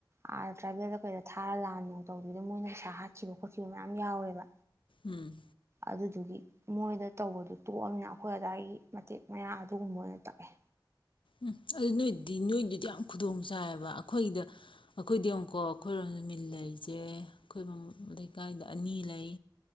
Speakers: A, on the right (about 30°); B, on the left (about 75°).
A: ꯑꯥ ꯇ꯭ꯔꯥꯏꯕꯦꯜꯗ ꯀꯩꯗ ꯊꯥꯔ ꯂꯥꯟꯅꯨ ꯇꯧꯗꯗ ꯃꯣꯏꯅ ꯄꯩꯁꯥ ꯍꯥꯠꯈꯤꯕ ꯈꯣꯠꯈꯤꯕ ꯃꯌꯥꯝ ꯌꯥꯎꯋꯦꯕ꯫
B: ꯎꯝ
A: ꯑꯗꯨꯗꯨꯒꯤ ꯃꯣꯏꯗ ꯇꯧꯕꯗꯨꯣ ꯇꯣꯛꯑꯝꯅꯤꯅ ꯑꯈꯣꯏ ꯑꯗꯥꯏꯒꯤ ꯃꯇꯦꯛ ꯃꯌꯥ ꯑꯗꯨꯒꯨꯝꯕ ꯑꯣꯏꯅ ꯇꯛꯑꯦ꯫
B: ꯎꯝ ꯑꯗꯨ ꯅꯣꯏꯗꯤ ꯅꯣꯏꯗꯨꯗꯤ ꯌꯥꯝ ꯈꯨꯗꯣꯡ ꯆꯥꯏꯌꯦꯕ ꯑꯈꯣꯏꯒꯤꯗ ꯑꯩꯈꯣꯏꯗꯤ ꯌꯦꯡꯑꯣꯀꯣ ꯑꯈꯣꯏꯔꯣꯝꯗ ꯃꯤꯜ ꯂꯩꯁꯦ ꯑꯈꯣꯏ ꯃꯃꯥꯡ <unintelligible> ꯂꯩꯀꯥꯏꯗ ꯑꯅꯤ ꯂꯩ